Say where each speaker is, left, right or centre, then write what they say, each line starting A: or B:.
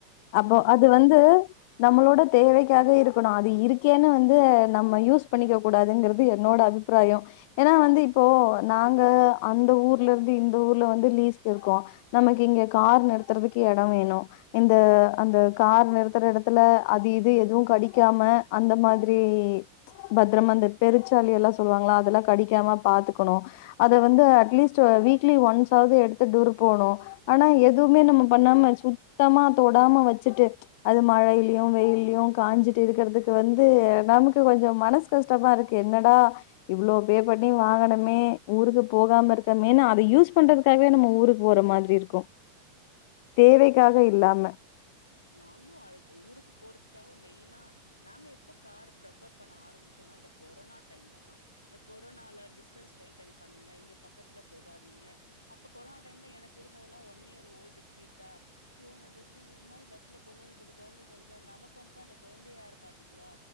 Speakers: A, on the left; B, on the left.
A: அப்போ
B: இல்லன்னா
A: அது
B: பக்கத்துல
A: வந்து நம்மளோட தேவைக்காக இருக்கணு அது இருக்கேன்னு வந்து நம்ம யூஸ் பண்ணிக்க கூடாதுங்கறது என்னோட அபி பிராயம் ஏனா வந்து இப்போ நாங்க அந்த ஊர்ல இருந்து இந்த ஊர்ல வந்து லீஸ்கு இருக்கோம் நமக்கு இங்க கார் நிறுத்துறதுக்கு இடம் வேணு இந்த த அந்த கார் நிறுத்தற இடத்துல அது இது இது எதுவு கடிக்காம அந்த மாதிரி பத்ரமா அந்த பெருச்சாளி எல்லா சொல்வாங்கள்ளா அதெல்லா கடிக்காம பாத்துக்கணு அத வந்து அட்லீஸ்ட் வீக்லி ஒன்ஸாவது எடுத்து தூர போணு ஆனா எதுமே நம்ம பண்ணாம சுத்தமா தொடாம வச்சுட்டு அது மழைலயு வெயில்லயும் காஞ்சிட்டு இருக்கறதுக்கு வந்து நமக்கு கொஞ்சம் மனசு கஷ்டமா இருக்கு என்னடா இவ்ளோ ஃபே பண்ணி வாங்கனமே ஊருக்கு போகாம இருக்கமேன்னு அத யூஸ் பண்றது அதுக்காகவே நம்ம ஊருக்கு போற மாதிரி இருக்கு தேவைக்காக இல்லாம
B: நாங்ளு அதுக் ஊருக்கு போறதுக்காக மெய்னா நாங்க எப்ப கார ப்ரஃபர் பண்ண ஆரம்பிச்சோனா அந்த கொரோனா டைம்ல தா இந்த கொரோனால டிஸ்டன்ஸ் மெயின்டன் பண்ணுங்க இங்க பக்கத்துல போகாதீங்க அப்ப கொரோனா டைம்ல எனக்கு இருந்ததெல்லா ஒன் இயர் ஓல்டு கிட்டா யோ நம்ம இப்டி மாரி பஸ்ல போபோது இந்த கொழந்தைக்கு வந்துசா நமக்கு வந்துட்டா இந்த குழந்தைய யாரு பாத்துக்குவா